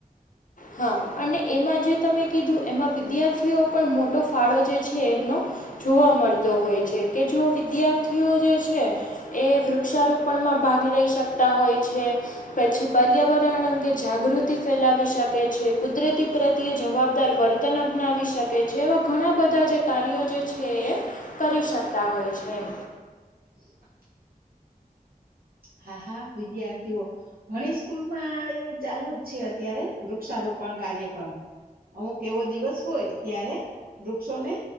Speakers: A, on the left (about 60°); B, on the right (about 75°).
A: હા, અને એમાં જે તમે કીધું એમાં વિદ્યાર્થીઓ પણ મોટો ફાળો જે છે એમનો. જોવા મળતો હોય છે, કે જો વિદ્યાર્થીઓ જે છે. એ વૃક્ષારોપણ માં ભાગ લઈ શકતા હોય છે. પછી પર્યાવરણ અંગે જાગૃતિ ફેલાવી શકે. શકે છે, કુદરતી પ્રત્યે જવાબદાર વર્તન અપનાવી શકે છે, એવા ઘણા બધા જે કાર્યો જે છે. એ એ કરી શકતા હોય છે એમ.
B: <unintelligible> હા, હા, વિદ્યાર્થીઓ. ઘણી સ્કૂલમાં એવું ચાલુ જ છે, અત્યારે વૃક્ષારોપણ કાર્યક્રમ. અમુક એવો દિવસ હોય ત્યારે વૃક્ષોને